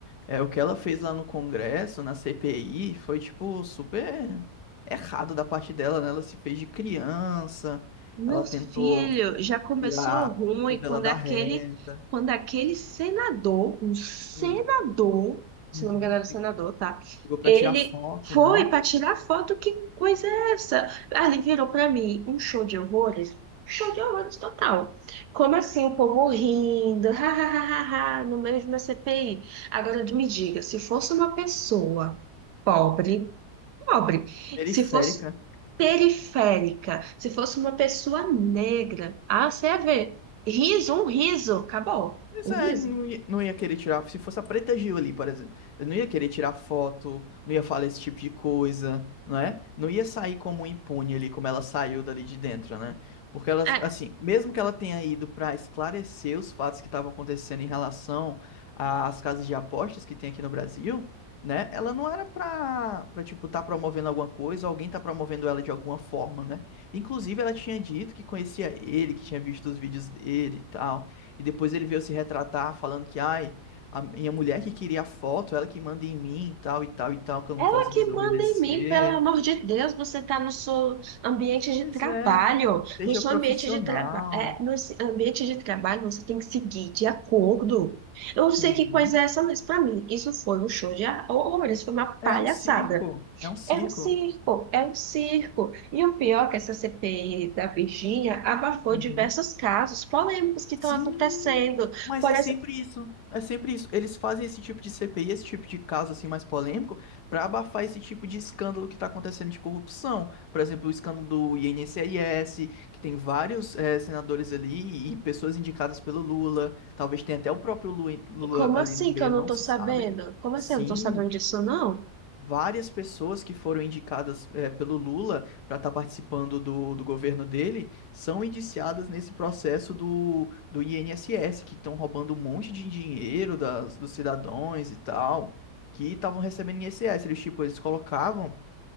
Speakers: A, on the left (about 75°); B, on the right (about 75°).
A: é, o que ela fez lá no Congresso, na CPI, foi, tipo, super errado da parte dela, né? Ela se fez de criança,
B: Meu
A: ela
B: filho,
A: tentou
B: já começou
A: tirar
B: ruim
A: tudo
B: quando
A: dela da
B: aquele,
A: reta,
B: quando aquele senador, um senador,
A: Hum,
B: se
A: uhum.
B: não me engano era senador, tá?
A: chegou pra
B: Ele
A: tirar foto,
B: foi
A: né?
B: para tirar foto, que coisa é essa? Ah, Ele virou para mim um show de horrores, show de horrores total. Como assim o povo rindo, ha, ha, ha, ha, ha, no meio de uma CPI? Agora me diga, se fosse uma pessoa pobre, pobre.
A: Periférica.
B: Se fosse periférica, se fosse uma pessoa negra, ah, você ia ver. Riso, um riso, acabou.
A: Mas
B: Um
A: é,
B: riso.
A: não ia, não ia querer tirar. Se fosse a Preta Gil ali, por exemplo, eu não ia querer tirar foto, não ia falar esse tipo de coisa, não é? Não ia sair como impune ali, como ela saiu dali de dentro, né? Porque ela,
B: É,
A: assim, mesmo que ela tenha ido pra esclarecer os fatos que estavam acontecendo em relação às casas de apostas que tem aqui no Brasil, né? Ela não era pra, pra tipo, tá promovendo alguma coisa, alguém tá promovendo ela de alguma forma, né? Inclusive, ela tinha dito que conhecia ele, que tinha visto os vídeos dele e tal. E depois ele veio se retratar falando que, ai, a minha mulher que queria a foto, ela que manda em mim, e tal e tal e tal, que eu
B: ela
A: não posso
B: que
A: desobedecer.
B: manda em mim, pelo amor de Deus, você está no seu ambiente de
A: Pois
B: trabalho.
A: é, seja
B: No seu
A: profissional.
B: ambiente de trabalho, é, no se- ambiente de trabalho você tem que seguir de acordo. Eu não sei
A: Uhum.
B: que coisa é essa, mas para mim isso foi um show de horror, isso foi uma palhaçada.
A: É um circo, é um circo.
B: É um circo, é um circo. E o pior é que essa CPI da Virgínia abafou
A: Uhum.
B: diversos casos polêmicos que estão
A: Sim,
B: acontecendo.
A: mas
B: Por
A: é
B: exemplo,
A: sempre isso. É sempre isso. Eles fazem esse tipo de CPI, esse tipo de caso assim mais polêmico, pra abafar esse tipo de escândalo que tá acontecendo de corrupção. Por exemplo, o escândalo do INSS, que tem vários eh, senadores ali e pessoas indicadas pelo Lula. Talvez tenha até o próprio Lu- Lula
B: como
A: ali
B: assim
A: no meio,
B: que eu não
A: não
B: estou
A: se
B: sabendo?
A: sabe.
B: Como
A: Sim
B: assim eu não estou sabendo disso, não?
A: várias pessoas que foram indicadas eh, pelo Lula para estar participando do, do governo dele são indiciadas nesse processo do, do INSS, que estão roubando um monte de dinheiro das, dos cidadãos e tal, que estavam recebendo INSS. Eles, tipo, eles colocavam,